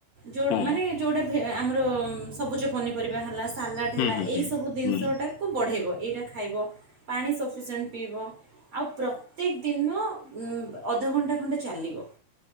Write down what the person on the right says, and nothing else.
ଯୋଉ
ମାନେ ଯଉଟା ଭେ ଆମର ସବୁଜ ପନିପରିବା ହେଲା ସାଲାଡ୍ ହେଲା
ଏଇ
ସ୍ ସବୁ ଦିନିଷଟାକୁ
ବଢ଼େଇବ ଏଇରା ଖାଇବ ପାଣି ସଫିସେଣ୍ଟ୍ ପିଇବ। ଆଉ ପ୍ରତ୍ୟେକ ଦିନ ଉଁ ଅଧଘଣ୍ଟା ଖଣ୍ଡେ ଚାଲିବ।